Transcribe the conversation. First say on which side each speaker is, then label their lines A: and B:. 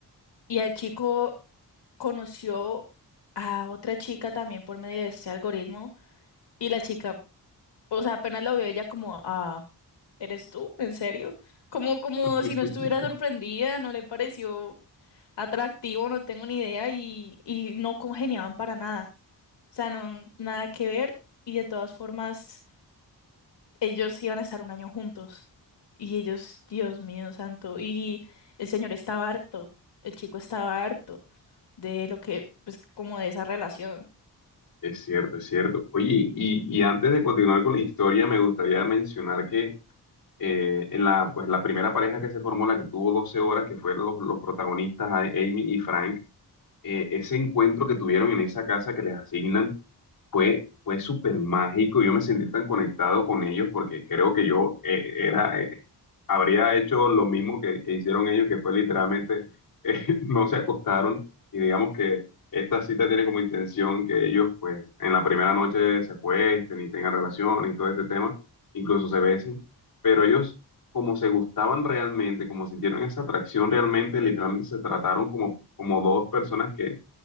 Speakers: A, on the left; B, on the left.
A: Y al chico conoció a otra chica también por medio de este algoritmo y la chica, o sea, apenas lo vio ella como, ah, ¿eres tú? ¿En serio? Como, como
B: <laughs>
A: si no estuviera sorprendida, no le pareció atractivo, no tengo ni idea y, y no congeniaban para nada. O sea, no, nada que ver y de todas formas ellos iban a estar un año juntos. Y ellos, Dios mío santo, y el señor estaba harto, el chico estaba harto de lo que, pues como de esa relación.
B: Es cierto, es cierto. Oye, y, y antes de continuar con la historia, me gustaría mencionar que eh, en la, pues, la primera pareja que se formó, la que tuvo 12 horas, que fueron los, los protagonistas, a- Amy y Frank, eh, ese encuentro que tuvieron en esa casa que les asignan fue, fue súper mágico. Yo me sentí tan conectado con ellos porque creo que yo eh, era, eh, habría hecho lo mismo que, que hicieron ellos, que fue literalmente, eh, <laughs> no se acostaron y digamos que esta cita tiene como intención que ellos pues en la primera noche se acuesten y tengan relaciones y todo este tema, incluso se besen, pero ellos como se gustaban realmente, como sintieron esa atracción realmente, literalmente se trataron como, como dos personas que,